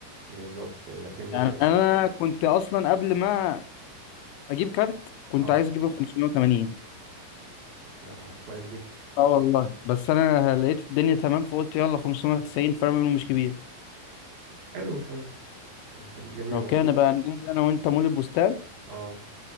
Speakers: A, on the right (about 55°); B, on the left (about 85°).
A: بالظبط لكن بالنسبه
B: يعني انا كنت اصلا قبل ما اجيب كارت كنت
A: اه
B: عايز اجيب ال 580
A: لا كويس جدا
B: اه والله بس انا لقيت الدنيا تمام فقلت يلا 590 فرق منه مش كبير
A: حلو حلو جميل
B: لو
A: والله
B: كان بقى ننزل انا وانت مول البستان
A: اه